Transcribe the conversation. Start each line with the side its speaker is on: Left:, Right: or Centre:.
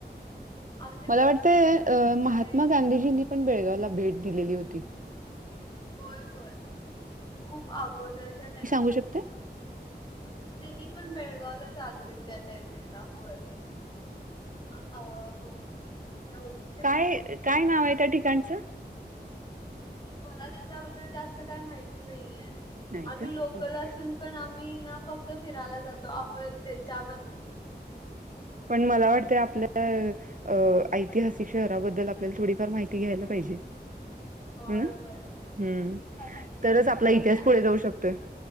Left: असे
Right: मला वाटतंय महात्मा
Left: आहेत.
Right: गांधीजींनी पण बेळगावला भेट दिलेली होती.
Left: होय हो, य खूप अगोदरच्या टाम
Right: होऊ शकते
Left: त्यांनी पण बेळगावला आलते त्या टाइमिगला होय अ हो त्या
Right: काय काय नाव आहे त्या ठिकाणचं
Left: मला त्याच्याबद्दल जास्त काही माहत नाहीये
Right: नाही
Left: आम्ही
Right: का?
Left: लोकल
Right: ओके.
Left: असून पण आम्ही ना फक्त फिरायला जातो आपण त्याच्या
Right: पण मला वाटत आपल्या अ ऐतिहासिक शहराबद्दल आपल्याला थोडी फार माहिती घ्यायला पाहिजे.
Left: होय
Right: ह ना हम्म
Left: होय नक्कीच झालं पाहिजे.
Right: तरच आपला
Left: तसं होतंय,
Right: इतिहास पुढे जाऊ शकतोय